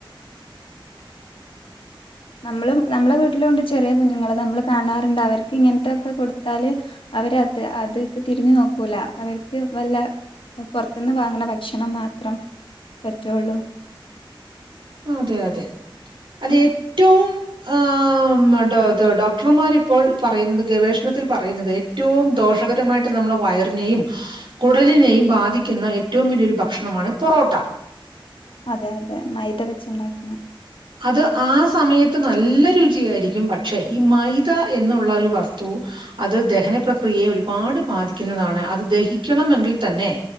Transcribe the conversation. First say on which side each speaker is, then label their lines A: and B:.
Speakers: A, on the left; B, on the right.
A: നമ്മളും നമ്മളെ വീട്ടിലൂണ്ട് ചെറിയ കുഞ്ഞുങ്ങൾ നമ്മള് കാണാറ്ണ്ട് അവർക്ക് ഇങ്ങനത്തൊക്കെ കൊടുത്താല് അവരത് അത്ക്ക് തിരിഞ്ഞുനോക്കൂല അവർക്ക് വല്ല പൊർത്ത്ന്ന് വാങ്ങണ ഭക്ഷണംമാത്രം പറ്റുള്ളൂ
B: അതെ അതെ അത് എറ്റവും ആ ഡോക്ടർമാര് ഇപ്പോൾ പറയുന്നത് ഗവേഷണത്തിൽ പറയുന്നത് ഏറ്റവും ദോ ഷകരമായിട്ട് നമ്മളെ വയറിനെയും കുടലിനെയും ബാധിക്കുന്ന എറ്റവും വല്യയൊരു ഭക്ഷണമാണ് പൊറോട്ട.
A: അതെ അതെ മൈദ വെച്ച്ണ്ടാക്കണ
B: അത് ആ സമയത്ത് നല്ല രുചിയായിരിക്കും പക്ഷെ ഈ മൈദ എന്നുള്ള ഒരു വസ്തു അത് ദഹന പ്രക്രിയെ ഒരുപാട് ബാധിക്കുന്നതാണ് അത് ദഹിക്കണമെങ്കിൽ തന്നെ